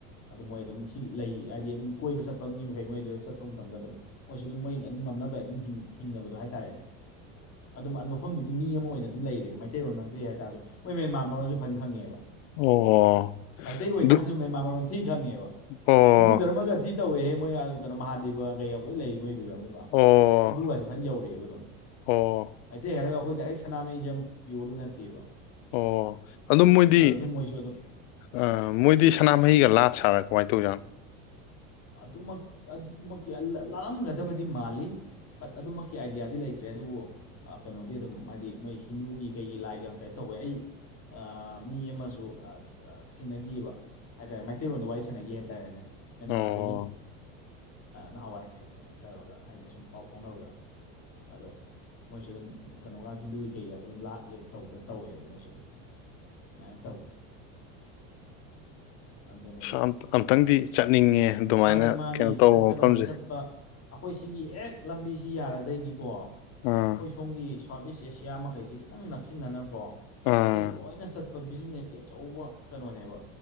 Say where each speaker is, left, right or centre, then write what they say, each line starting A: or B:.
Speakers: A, on the left; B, on the left.
A: ꯑꯗꯨ ꯃꯣꯏ ꯑꯗꯨꯝ ꯁꯤ ꯂꯩ ꯍꯥꯏꯗꯤ ꯑꯗꯨꯝ ꯀꯣꯏꯕ ꯆꯠꯄ ꯃꯤ ꯃꯈꯩ ꯃꯣꯏꯗꯨꯗ ꯆꯠꯄ ꯃꯇꯝꯗ ꯑꯗꯨꯝ ꯃꯣꯏꯁꯨ ꯑꯗꯨꯝ ꯃꯣꯏ ꯑꯗꯨꯝ ꯉꯝꯅꯕ ꯑꯗꯨꯝ ꯍꯤꯡꯅꯕꯗꯣ ꯍꯥꯏꯇꯥꯔꯦꯅꯦ ꯑꯗꯨꯝ ꯑꯗꯨ ꯃꯐꯝꯗꯨꯒꯤ ꯃꯤ ꯑꯃ ꯑꯣꯏꯅ ꯑꯗꯨꯝ ꯂꯩꯔꯦꯕ ꯃꯩꯇꯩꯂꯣꯟ ꯑꯣꯏꯅ ꯉꯥꯡꯖꯩ ꯍꯥꯏꯇꯥꯥꯔꯁꯨ ꯃꯣꯏ ꯃꯦꯟꯃꯥꯔ ꯃꯔꯣꯟꯁꯨ ꯐꯅ ꯈꯪꯉꯦꯕ
B: ꯑꯣ
A: ꯃꯩꯇꯩ ꯑꯣꯏꯇꯥꯁꯨ
B: ꯑꯗꯨ
A: ꯃꯩꯃꯥ ꯃꯔꯂꯣꯟ ꯊꯤ ꯈꯪꯉꯦꯕ
B: ꯑꯣ
A: ꯍꯤꯟꯗꯨ ꯗꯙꯔꯃꯒ ꯊꯤ ꯇꯧꯏꯦꯍꯦ ꯃꯣꯏ ꯑꯗꯨꯝꯩꯅ ꯃꯍꯥꯗꯦꯕꯒ ꯀꯩ ꯌꯥꯝ ꯂꯣꯏ ꯂꯩ ꯃꯣꯏꯗꯨꯗ ꯑꯃꯨꯛꯒ
B: ꯑꯣ
A: ꯍꯤꯟꯗꯨꯒꯁꯤꯦ ꯐꯖꯅ ꯌꯧꯔꯛꯑꯦꯕ ꯑꯗꯨꯝ
B: ꯑꯣ
A: ꯃꯩꯇꯩ ꯍꯥꯏꯔꯒ ꯑꯩꯈꯣꯏ ꯗꯥꯏꯔꯦꯛ ꯁꯅꯥꯃꯍꯤꯖꯝ ꯄꯤꯌꯣꯔꯗꯨ ꯅꯠꯇꯦꯕ
B: ꯑꯣ ꯑꯗꯨꯝ ꯃꯣꯏꯗꯤ
A: ꯑꯗꯣ ꯑꯗꯨꯝ ꯃꯣꯏꯁꯨ ꯑꯗꯨꯝ
B: ꯑ ꯃꯣꯏꯗꯤ ꯁꯅꯥꯃꯍꯤꯒ ꯂꯥꯠ ꯁꯥꯔꯥ ꯀꯃꯥꯏꯅ ꯇꯧꯖꯥꯠꯅꯣ
A: ꯑꯗꯨꯃꯛ ꯑꯗꯨꯃꯛ ꯂꯥꯜꯂꯝꯒꯗꯕꯗꯤ ꯃꯥꯜꯂꯤ ꯕꯠ ꯑꯗꯨꯃꯛꯀꯤ ꯑꯥꯏꯗꯤꯌꯥꯗꯤ ꯂꯩꯇ꯭ꯔꯦ ꯑꯗꯨꯕꯨ ꯀꯩꯅꯣꯗꯤ ꯑꯗꯨꯝ ꯍꯥꯏꯗꯤ ꯃꯣꯏ ꯍꯤꯟꯗꯨꯒꯤ ꯀꯩꯒꯤ ꯂꯥꯏꯒ ꯀꯩ ꯇꯧꯋꯦ ꯑꯩ ꯑ ꯃꯤ ꯑꯃꯁꯨ ꯊꯦꯡꯅꯒꯤꯕ ꯍꯥꯏꯇꯥꯔꯦ ꯃꯩꯇꯩꯂꯣꯟꯗ ꯋꯥꯔꯤ ꯁꯥꯟꯅꯈꯤ ꯍꯥꯏꯇꯥꯔꯦꯅꯦ ꯃꯦꯟꯃꯥꯔꯗꯒꯤ
B: ꯑꯣ
A: ꯅꯍꯥꯟꯋꯥꯏ ꯀꯩꯅꯣꯗ ꯍꯥꯏꯗꯤ ꯁꯨꯝ ꯄꯥꯎ ꯐꯥꯎꯅꯕꯗ ꯑꯗꯣ ꯃꯣꯏꯁꯨ ꯑꯗꯨꯝ ꯀꯩꯅꯣꯒ ꯍꯤꯟꯗꯨꯒꯤ ꯀꯩꯀꯁꯨ ꯑꯗꯨꯝ ꯂꯥꯠ ꯂꯦꯠ ꯇꯧꯗ ꯇꯧꯋꯦꯕ ꯃꯣꯏ ꯆ ꯑꯗꯨꯃꯥꯏꯅ ꯇꯧꯈꯤ ꯑꯗꯨꯅꯤ
B: ꯎꯝ ꯑꯝꯇꯪꯗꯤ ꯆꯠꯅꯤꯡꯉꯦ ꯑꯗꯨꯃꯥꯏꯅ
A: ꯃꯥꯅꯤ ꯃꯥꯅꯤ
B: ꯀꯩꯅꯣ ꯇꯧꯕ
A: ꯆꯠꯀꯗꯝ
B: ꯃꯐꯝꯁꯦ
A: ꯆꯠꯄ ꯑꯩꯈꯣꯏ ꯁꯤꯒꯤ ꯍꯦꯛ ꯂꯝꯕꯤꯁꯤ ꯌꯥꯔꯗꯩꯗꯤꯀꯣ
B: ꯑꯥ
A: ꯑꯩꯈꯣꯏ ꯁꯣꯝꯒꯤ ꯁꯥꯎꯠ ꯏꯁ ꯑꯦꯁꯤꯌꯥ ꯃꯈꯩꯁꯤ ꯈꯤꯇꯪ ꯅꯛꯁꯤꯟꯅꯗꯅꯀꯣ
B: ꯑꯥ
A: ꯁꯤꯗꯒꯤ ꯂꯣꯏꯅ ꯆꯠ ꯑ ꯕꯤꯖꯤꯅꯦꯁꯀꯤ ꯑꯆꯧꯕ ꯀꯩꯅꯣꯅꯦꯕ